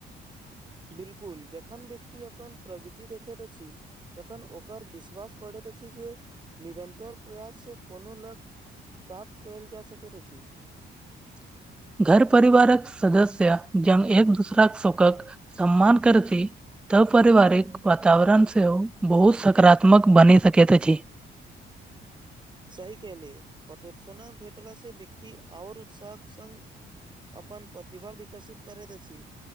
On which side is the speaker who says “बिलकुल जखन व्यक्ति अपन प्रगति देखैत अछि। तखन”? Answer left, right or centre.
Right